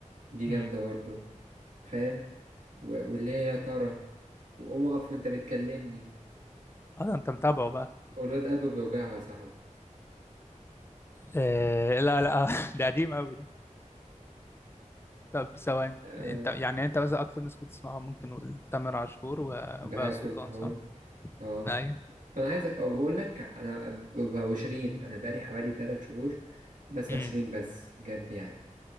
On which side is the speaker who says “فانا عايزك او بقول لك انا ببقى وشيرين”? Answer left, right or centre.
Right